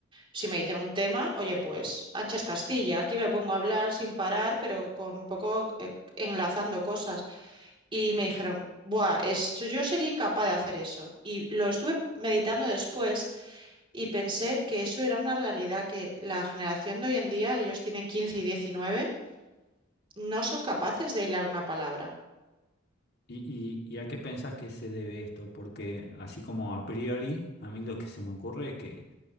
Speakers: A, on the right; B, on the left.
A: si me dicen un tema, oye, pues Anchas Castilla, aquí me pongo a hablar sin parar, pero con un poco eh, enlazando cosas. Y me dijeron, Buah, es, yo yo sería incapaz de hacer eso. Y lo estuve meditando después y pensé que eso era una realidad que la generación de hoy en día, ellos tienen 15 y 19, no son capaces de hilar una palabra.
B: ¿Y, y- y a qué pensás que se debe esto? Porque así como a priori, a mí lo que se me ocurre es que,